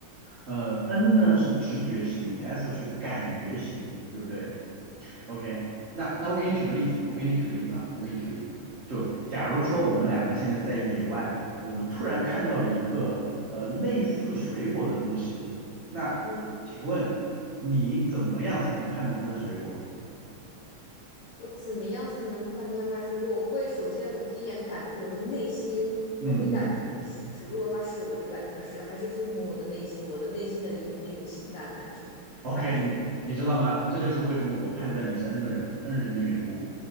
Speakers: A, on the right; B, on the left.
A: 呃，N 呢是直觉型，S 是感觉型，对不对？OK，那那我给你举个例子，我给你举个例子啊，我给你举个例子，就假如说我们两个现在在野外，我们突然看到了一个呃类似水果的东西，那请问你怎么样才能判断它是水果？
B: 嗯，我怎么样才能判断它是？如果我会首先我第一眼感我的内心，
A: 嗯嗯。
B: 我会感觉它是不是？如果它是，我就感觉它是，还是遵从我的内心，我的内心的一那种情感感觉感知。
A: OK，你你知道吗？这就是为什么我判断你是 N 的人，N 人的缘故，